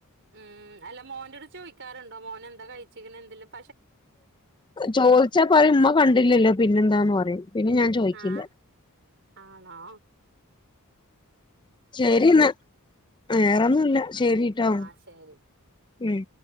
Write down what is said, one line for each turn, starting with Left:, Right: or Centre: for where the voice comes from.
Right: ഉം അല്ല മോന്റെോട് ചോദിക്കാറുണ്ടോ? മോൻ എന്താ കഴിച്ചികിന് എന്തല്ലോ?
Left: ചോദിച്ചാ പറ ഉമ്മ കണ്ടില്ലല്ലോ? പിന്നെന്താന്ന് പറയും പിന്നെ ഞാൻ ചോദിക്കില്ല.
Right: ആഹ് ആണോ?
Left: ശരി എന്നാ വേറെന്നുമല്ല ശരിട്ടോ.
Right: ആഹ് ശരി.
Left: ഉം